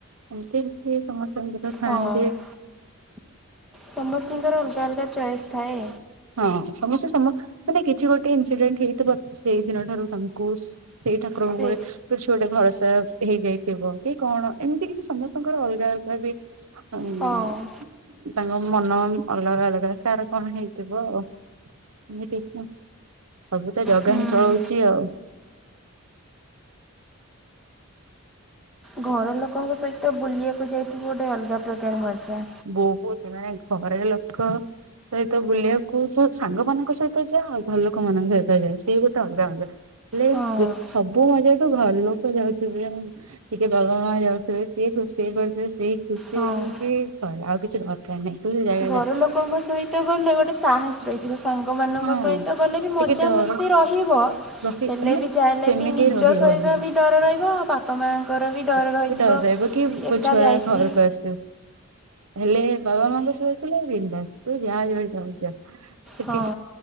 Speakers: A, on the right; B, in the centre.
A: ଏମିତି ଏମିତି ସମସ୍ତଙ୍କର ଥାଆନ୍ତି।
B: ହଁ।
A: <inaudible>
B: ସମସ୍ତଙ୍କର ଅଲଗା ଅଲଗା ଚଏସ୍ ଥାଏ।
A: ହଁ ସମସ୍ତେ ସମ ମାନେ କିଛି ଗୋଟେ ଇନସିଡେଣ୍ଟ ହେଇଥିବ ସେଇ ଦିନଠାରୁ ତାଙ୍କୁ ସେଇ ଠାକୁରଙ୍କୁ
B: ସେ
A: କହେ କିଛି ଗୋଟେ ଭରସା ହେଇଯାଇଥିବ କି କଅଣ ଏମିତି କିଛି ସମସ୍ତଙ୍କର ଅଲଗା ଅଲଗା ବି ହୁଁ
B: ହଁ
A: ତାଙ୍କ ମନ ଅଲଗା ଅଲଗା ସେ କାର କଣ ହେଇ ଥିବ ଆଉ ଏମିତି ମୁଁ ସବୁ ତ ଜାଗା
B: ହୁଁ।
A: ହିଁ ଚଳୋଉଚି ଆଉ।
B: ଘର ଲୋକଙ୍କ ସହିତ ବୁଲିବାକୁ ଯାଇଥିବୁ ଗୋଟେ ଅଲଗା ପ୍ରକାର ମଜା।
A: ବୋଉ କୋହୁଥିଲା ନାଇଁ ସହରରେ ଲୋକ ସହିତ ବୁଲିବାକୁ ତ ସାଙ୍ଗମାନଙ୍କ ସହିତ ଯାଏ ଆଉ ଘର ଲୋକମାନାନଙ୍କ ସହିତ ଯାଏ ସେ ବି ତ ଅଲଗା ମଜା। ହେଲେ
B: ହଁ
A: ବି ସବୁ ମଜାଠୁ ଘରଲୋକ ଯାଉଥୁବେ ଟିକେ ବାବାମାଆ ଯାଉଥୁବେ ସିଏ ଖୁସି ହେଇପାରୁଥୁବେ ସେଇ ଖୁସି
B: ହଁ।
A: ଦେଖିକି ସଇଲା ଆଉ କିଛି ଦରକାର ନାଇଁ ତୁ ସେ ଜାଗା
B: ଘର
A: ଯା
B: ଲୋକଙ୍କ ସହିତ ଗଲେ ଗୋଟେ ସାହସ ରହି ଥିବ ସାଙ୍ଗମାନଙ୍କ
A: ହଁ
B: ସହିତ ଗଲେ ବି ମଜାମସ୍ତି
A: ଟିକେ ଡର
B: ରହିବ
A: ରଖି
B: ହେଲେ ବି ଯାହେଲେ
A: ସେମିତି
B: ବି ନିଜ
A: ରହିବନି
B: ସହିତ ବି ଡର ରହିବ ଆଉ ବାପା ମାଆଙ୍କର ବି ଡର
A: ଟିକେ
B: ରହିଥିବ।
A: ରହିବ କି
B: ଯିଏ
A: ମୋ
B: ଏକା
A: ଛୁଆ
B: ଯାଇଚି
A: ଘରକୁ ଆସୁ ହେଲେ ବାବା ମାଆଙ୍କ ସହିତ ଥିଲେ ବିନ୍ଦାସ ତୁ ଯାଆ ଯୁଆଡେ ଯାଉ ଯାଆ ସେଠିି
B: ହଁ
A: ଟି